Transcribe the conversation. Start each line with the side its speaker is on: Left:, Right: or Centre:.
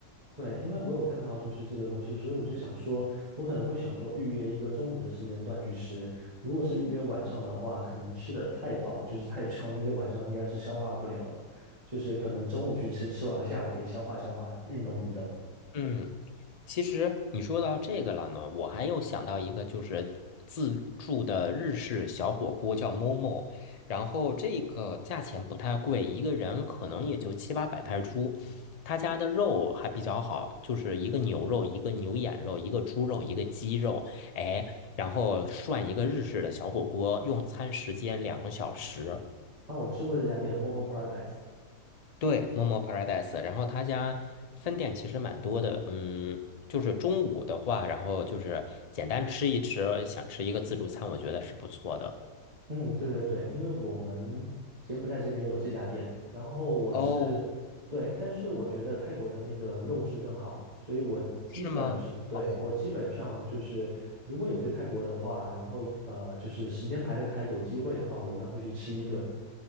Right: 对，因为我有看到就是这个东西，所以我就想说，我可能会想说预约一个中午的时间段去吃。如果是预约晚上的话，可能吃的太饱，就是太撑，一个晚上应该是消化不了的。就是可能中午去吃，吃完下午可以消化消化，运动运动。
Left: 嗯，其实你说到这个了呢，我还有想到一个，就是自助的日式小火锅叫 Momo，然后这个价钱不太贵，一个人可能也就七八百泰铢。他家的肉还比较好，就是一个牛肉，一个牛眼肉，一个猪肉，一个鸡肉，哎，然后涮一个日式的小火锅，用餐时间两个小时。
Right: 那我吃过这家店，Momo Paradise，
Left: 对，Momo Paradise，然后他家分店其实蛮多的，嗯，就是中午的话，然后就是简单吃一吃，想吃一个自助餐，我觉得是不错的。
Right: 嗯，对对对，因为我们柬埔寨这边有这家店，然后我是对，
Left: 哦，
Right: 但是我觉得泰国的那个肉质更好，所以我基本是对我基本上就是如果有去泰国的话，
Left: 是吗？哦
Right: 然后呃就是时间排得开，有机会的话，我一般会去吃一顿。